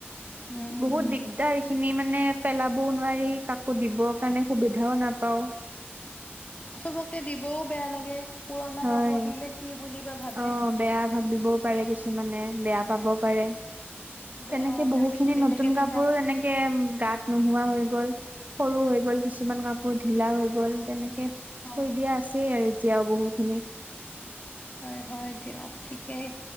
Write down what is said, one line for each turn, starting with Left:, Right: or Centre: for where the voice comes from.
Left: উম, উম,
Right: বহুত
Left: উম,
Right: দিগদাৰ এইখিনি মানে মানে পেলাবও নোৱাৰি কাকো দিবৰ কাৰণে সুবিধাও নাপাওঁ।
Left: চবকে দিবও বেয়া লাগে পুৰণা
Right: হয়
Left: কাপোৰ দিলে কি বুলি বা ভাবে।
Right: অ বেয়া ভাবিবও পাৰে কিছুমানে বেয়া পাব পাৰে।
Left: বে
Right: তেনেকে
Left: অ',
Right: বহুখিনি
Left: তাকে বেলেগে
Right: নতুন
Left: পিন্ধা
Right: কাপোৰো এনেকে উম গাত নোহোৱা হৈ গ'ল। সৰু হৈ গ'ল। কিছুমান কাপোৰ ঢিলা হৈ গ'ল, তেনেকে
Left: অ',
Right: থৈ দিয়া আছেই আৰু এতিয়াও বহুখিনি।
Left: হয় হয় দিয়ক ঠিকেই,